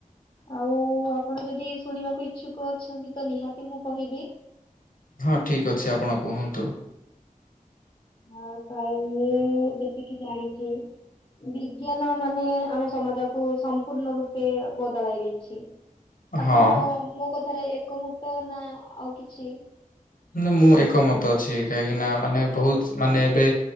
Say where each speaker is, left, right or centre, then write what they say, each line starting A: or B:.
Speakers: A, on the left (about 35°); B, on the left (about 75°).
A: ଆଉ ଆପଣ ଯଦି ଶୁଣିବାକୁ ଇଚ୍ଛୁକ ଅଛନ୍ତି, ତ ନିହାତି ମୁଁ କହିବି।
B: ହଁ ଠିକ ଅଛି ଆପଣ କୁହନ୍ତୁ।
A: ଆ ତାହେଲେ ଯେତିକି ଜାଣିଛି। ବିଜ୍ଞାନମାନେ ଆମ ସମାଜକୁୁ ସମ୍ପୂର୍ଣ୍ଣ ରୂପେ ବଦଳାଇ ଦେଇଛି।
B: ହଁ
A: ଆପଣ ମୋ କଥାରେ ଏକମତ, ନା ଆଉ କିଛି।
B: ନା ମୁଁ ଏକମତ ଅଛି, କାହିଁକିନା ମାନେ ବହୁତ ମାନେ ଏବେ